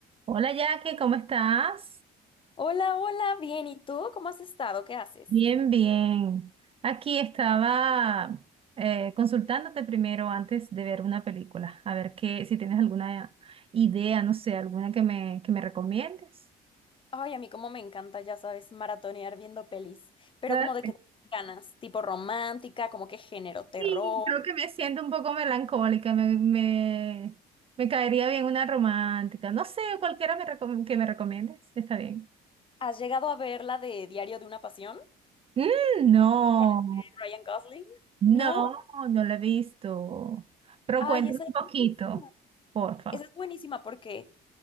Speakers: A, on the right; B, on the left.
A: Hola Jackie, ¿cómo estás?
B: Hola, hola, bien. ¿Y tú? ¿Cómo has estado? ¿Qué haces?
A: Bien, bien. Aquí estaba eh, consultándote primero antes de ver una película, a ver qué, si tienes alguna idea, no sé, alguna que me, que me recomiendes.
B: Ay, a mí como me encanta, ya sabes, maratonear viendo pelis. Pero
A: Ah,
B: como de qué ganas, tipo romántica, como qué género, terror.
A: Sí, creo que me siento un poco melancólica, me, me, me caería bien una romántica, no sé, cualquiera me recom- que me recomiendes, está bien.
B: ¿Has llegado a ver la de Diario de una Pasión
A: Mm, no,
B: con este Ryan Gosling?
A: no,
B: ¿No?
A: no la he visto. Pero
B: Ay,
A: cuéntame
B: esa
A: un
B: es
A: poquito,
B: buenísima.
A: porfa.
B: Esa es buenísima porque,